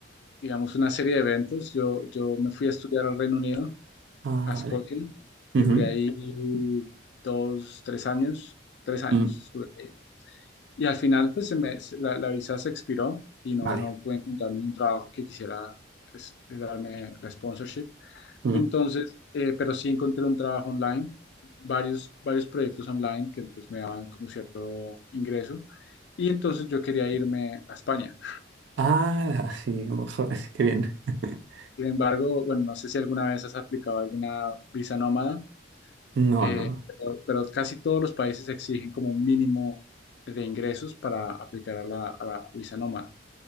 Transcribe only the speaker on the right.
Ah,
vale. Ujú,
mm,
Vale.
mm.
Ah, <laughs> sí, a lo mejor, <laughs> qué bien. <laughs>
No,
no, no.